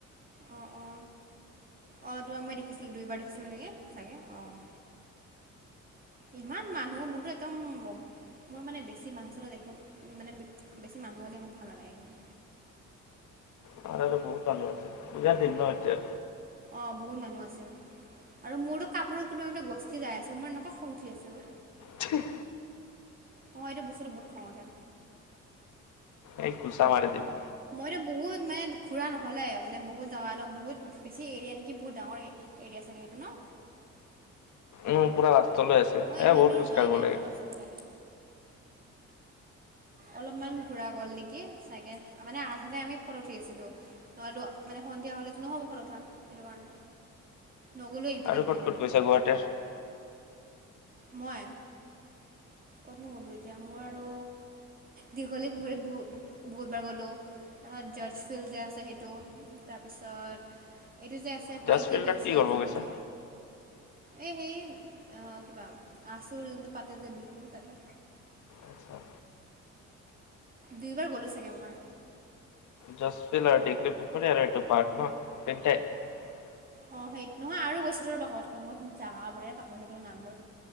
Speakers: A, on the right; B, on the left.
A: অ', অ। অ', তোমাক মই দেখিছিলো, দুইবাৰ দেখিছিলো নেকি চাগে, অ'। ইমান মানুহ, মোৰটো একদম মই মানে বেছি মানুহ চানুহ দেখিব, মানে বেছি মানুহ হ'লে মোৰ ভাল নালাগে। <inaudible>
B: আমাৰ তাতে বহুত মানুহ আছে, পূজাৰ দিন ন' এতিয়া।
A: অ', বহুত মানুহ আছিল, আৰু মোৰতো কাপোৰ কোনোবা কোনোবাই গছকি যাই আছিল, মোৰ এনেকুৱা খং উঠি আছিল।
B: হেহ।
A: অ', এইটো বস্তুটো বহুত খং উঠে।
B: এই ঘোচা মাৰি দিবা।
A: মইতো বহুত, মানে ঘুৰা নহলেই, মানে বহুত জাগা ন, বহুত বেছি এৰিয়া নেকি? বহুত ডাঙৰ এৰিয়া চাগে সেইটো ন?
B: উম, পুৰা ৰাস্তালৈ আছে,
A: মই ইমান
B: এই বহুত
A: দূৰ
B: খোজ
A: যোৱাই
B: কাঢ়িব
A: নাই
B: লাগে।
A: অলপ চলপ এনে অলপমান ঘুৰা গ'ল নেকি? চাগে, মানে আধাতে আমি ফটো উঠি আছিলো, নহলে মানে সন্ধিয়া হ'লেতো নহ'ব ফটো উঠা, সেইটো কাৰণে। নগ'লোঁ ইপিনে
B: আৰু
A: সিপিনে
B: ক'ত ক'ত গৈছা গুৱাহাটীৰ?
A: মই? কতনো গ'লো? এতিয়া মোৰ আৰু দীঘলী পুখুৰী বহু, বহুতবাৰ গ'লো। জৰ্জ ফিল্ড যে আছে সেইটো, তাৰপিছত এইটো যে আছে, পানীটেংকীৰ
B: জাজ ফিল্ডত
A: ওচৰত
B: কি কৰিব
A: যোনটো
B: গৈছা
A: এই সেই অ', কিবা আচুৰ যোনটো পাতে যে বি মোৰ তাতে
B: আচ্ছা
A: দুইবাৰ গ'লো চাগে মই।
B: জৰ্জ ফিল্ড আৰু দীঘলীপুখুৰী আৰু এইটো পাৰ্ক ন, এই কেইটাই।
A: অ', সেই, নহয় আৰু গৈছো ৰ'বা ক'বাত ক'বাত, মই জাগা বোৰে পাহৰি থাকিলো নাম বোৰ।